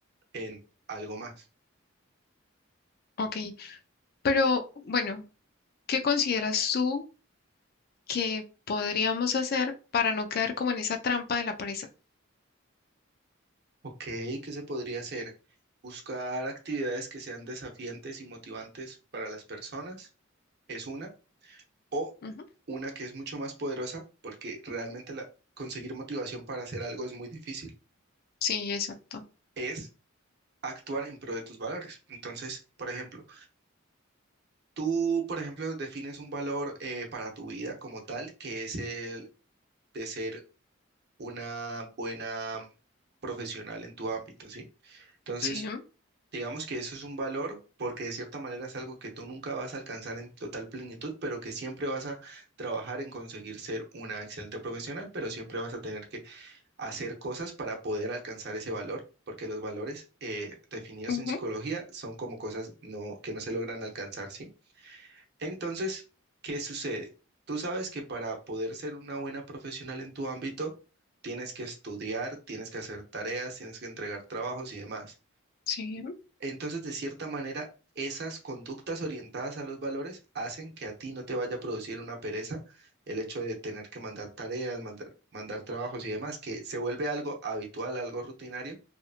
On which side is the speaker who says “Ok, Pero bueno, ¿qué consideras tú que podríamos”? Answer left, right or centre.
Left